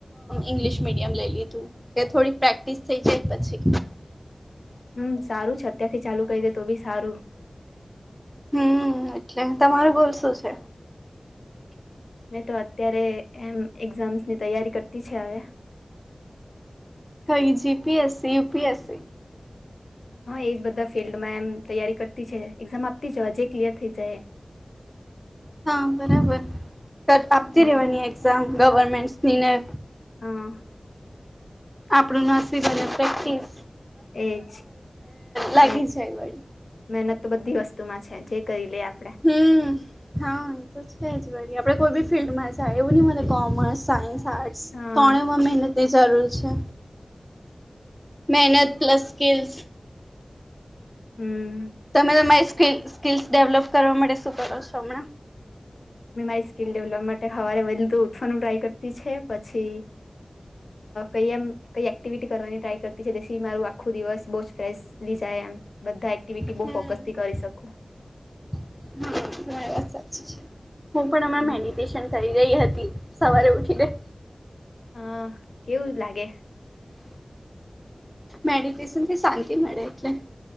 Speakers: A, in the centre; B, on the left (about 80°).
A: ઇંગ્લિશ મીડિયમ લઈ લીધું કે થોડીક પ્રેક્ટિસ થઈ જે પછી
B: હમ સારું છે અત્યારથી ચાલુ કહી દે તો બી સારું
A: હમ એટલે તમારું બોલ શું છે
B: મેં તો અત્યારે એમ એક્ઝામ્સની તૈયારી કરતી છે અવે
A: હઈ જીપીએસસી યુપીએસસી
B: હા એજ બધા ફિલ્ડમાં એમ તૈયારી કરતી છે એક્ઝામ આપતી જવા જે ક્લિયર થઈ જાય એ <inaudible>
A: હા બરાબર આપતી
B: હમ
A: રવાની એઝામ ગવર્મેન્ટનીને
B: હા
A: આપણું નાસીબ્ અને પ્રે્ટસ
B: એજ
A: લાગી
B: એજ
A: જાય વળી
B: મહેનત તો બધી વસ્તુમાં છે જે કરીલે આપ
A: હમ હા એ તો છે જ વારી આપણે કોઈ બી ફિલ્ડમાં જાય એવું નહી મ કોમર્સ સાયન્સ આર્ટસ
B: હા
A: તોમાં મહેન ની જરૂરી મહેનત પ્લસ સ્કિલ્સ
B: હમ
A: તમે તમારી સ્કીલ સ્કલસ ડેવલપ કરવા માટે શું કરો છો હમણાં
B: મેં મારી સ્કીિલ ડેવલપ માટે હવારે વેલ્ ગુડ. ઠવાનું ટ્રાય કરતી છે પછી કઈ એમ કઈ એક્ટિવિટી. કરવાની ટ્રાય કરતીી મારું આખું દિવસ બ જ ફ લી જાય એમ બધા એક્ટિવિટી
A: હમ
B: બહ ફોકસથી કરે. શકોું.
A: હા ઘ વા. હું પણ અમામાં
B: હમ
A: મેડિટેશન કરી રહી હતી સવારે ઉઠીને.
B: હા કેવું લાગે.
A: મેડિટેશન કે શાંતિ મળે એટલે.